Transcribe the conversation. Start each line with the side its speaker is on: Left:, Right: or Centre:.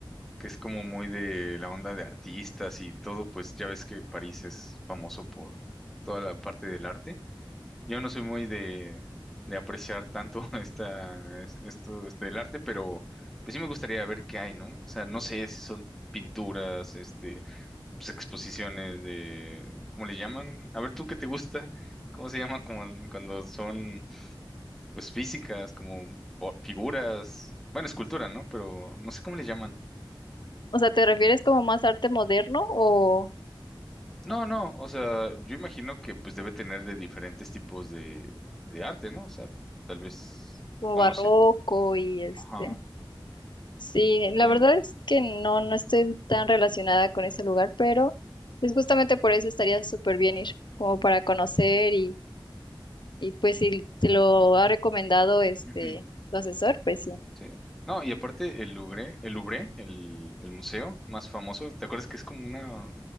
Centre: que es como muy de la onda de artistas y todo, pues ya ves que París es famoso por toda la parte del arte. Yo no soy muy de, de apreciar tanto <laughs> esta, es- esto, este, del arte, pero pues sí me gustaría ver qué hay, ¿no? O sea, no sé si son pinturas, este, pues exposiciones de, ¿cómo le llaman? A ver, ¿tú qué te gusta? ¿Cómo se llama como, cuando son, pues, físicas, como fo- figuras? Bueno, escultura, ¿no? Pero no sé cómo le llaman.
Left: o sea, ¿te refieres como más arte moderno o
Centre: No, no, o sea, yo imagino que pues debe tener de diferentes tipos de, de arte, ¿no? O sea, tal vez,
Left: como
Centre: o
Left: barroco
Centre: no sé.
Left: y este?
Centre: Ajá.
Left: Sí, la
Centre: eh,
Left: verdad es que no, no estoy tan relacionada con ese lugar, pero pues justamente por eso estaría súper bien ir, como para conocer y, y pues si te lo ha recomendado este
Centre: Ujú,
Left: tu asesor, pues sí.
Centre: Sí. No, y aparte el Louvre, el Louvre, el, el museo más famoso, ¿te acuerdas que es como una...